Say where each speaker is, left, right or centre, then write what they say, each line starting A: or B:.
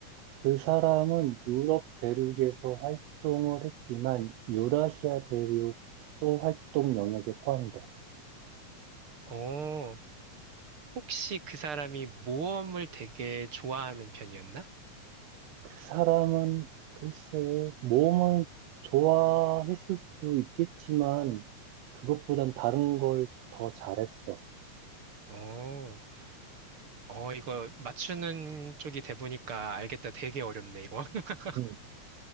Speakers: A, on the right (about 75°); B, on the right (about 45°).
A: 그 사람은 유럽 대륙에서 활동을 했지만 유라시아 대륙도 활동 영역에 포함돼.
B: 오 혹시 그 사람이 모험을 되게 좋아하는 편이었나?
A: 그 사람은 글쎄 모험을 좋아했을 수도 있겠지만 그것보단 다른 걸 더 잘했어.
B: 어, 어, 이거 맞추는 쪽이 돼보니까 알겠다. 되게 어렵네, 이거. <laughs>
A: 음,